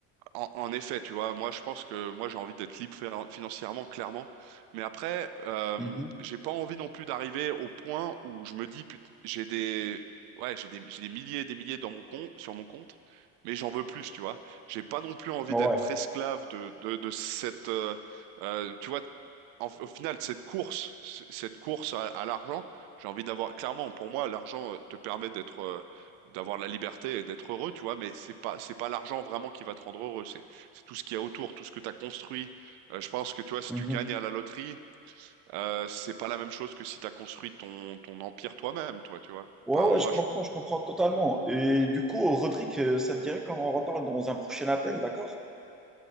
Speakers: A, on the right; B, in the centre.
A: en, en effet, tu vois, moi je pense que moi j'ai envie d'être libre fin- financièrement, clairement. Mais après, euh,
B: Mhm.
A: j'ai pas envie non plus d'arriver au point où je me dis, put- j'ai des, ouais, j'ai des, j'ai des milliers et des milliers dans mon compte, sur mon compte, mais j'en veux plus, tu vois. J'ai pas non plus envie
B: Ouais.
A: d'être esclave de, de, de cette, euh, euh, tu vois, en- au final, cette course, c- cette course à, à l'argent, j'ai envie d'avoir, clairement, pour moi, l'argent euh, te permet d'être d'avoir la liberté et d'être heureux, tu vois, mais c'est pas c'est pas l'argent vraiment qui va te rendre heureux, c'est c'est tout ce qu'il y a autour, tout ce que tu as construit. Euh, je pense que tu vois, si
B: Mhm.
A: tu gagnes à la loterie, euh, c'est pas la même chose que si tu as construit ton ton empire toi-même, toi, tu vois.
B: Ouais,
A: Enfin,
B: ouais,
A: moi
B: je comprends,
A: je
B: je comprends totalement. Et du coup, Rodrigue, euh, ça te dirait qu'on en reparle dans un prochain appel, d'accord?